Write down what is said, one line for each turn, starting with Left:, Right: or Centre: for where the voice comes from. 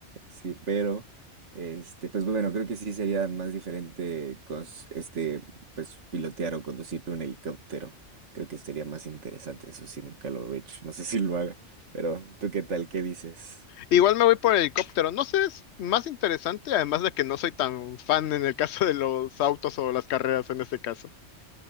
Right: sí, pero este, pues bueno, creo que sí sería más diferente cons- este, pues pilotear o conducir un helicóptero. Creo que sería más interesante, eso sí, nunca lo he hecho, no sé si lo haga, pero ¿tú qué tal? ¿Qué dices?
Left: Igual me voy por el helicóptero. No sé, es más interesante, además de que no soy tan fan en el caso de los autos o las carreras en este caso.